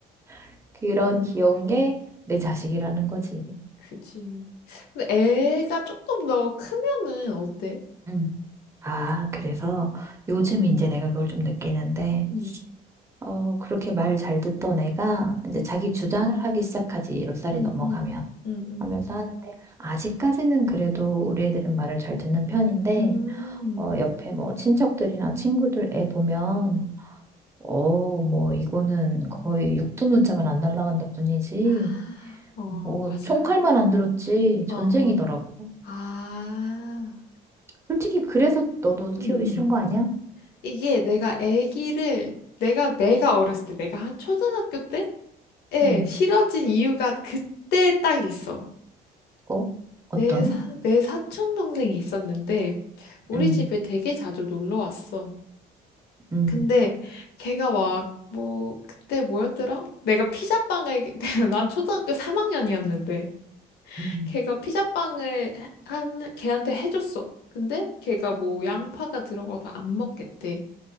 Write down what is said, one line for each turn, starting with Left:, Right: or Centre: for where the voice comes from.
Right: <laughs> 그런 귀여운 게 내 자식이라는 거지.
Left: 그지. 근데 애가 조금 더 크면은 어때?
Right: 음. 아, 그래서 요즘 이제 내가 그걸 좀 느끼는데
Left: 응,
Right: 어, 그렇게 말 잘 듣던 애가 이제
Left: 응,
Right: 자기 주장을 하기 시작하지, 10살이
Left: 응,
Right: 넘어가면.
Left: 응, 응, 응.
Right: 하면서 하는데, 아직까지는 그래도 우리 애들은 말을 잘 듣는 편인데,
Left: 음.
Right: 어, 옆에 뭐 친척들이나 친구들 애 보면, 어, 뭐 이거는 거의 육두문자만 안 날라간다 뿐이지,
Left: <gasps> 아, 어,
Right: 뭐
Left: 맞아.
Right: 총칼만 안 들었지, 전쟁이더라고.
Left: 어, 어. 아,
Right: 솔직히 그래서 너도 키우기
Left: 응, 응.
Right: 싫은 거 아니야?
Left: 이게 내가 애기를, 내가, 내가 어렸을 때, 내가 한 초등학교 때? 에
Right: 음,
Left: 실어진 이유가 그때 딱 있어.
Right: 어? 어떤?
Left: 내 사, 내 사촌 동생이 있었는데 우리
Right: 음,
Left: 집에 되게 자주 놀러 왔어.
Right: 음,
Left: 근데 걔가 막 뭐 그때 뭐였더라? 내가 피자빵을 <laughs> 난 초등학교 3학년이었는데
Right: 음.
Left: 걔가 피자빵을 한 걔한테 해줬어. 근데 걔가 뭐 양파가 들어가서 안 먹겠대.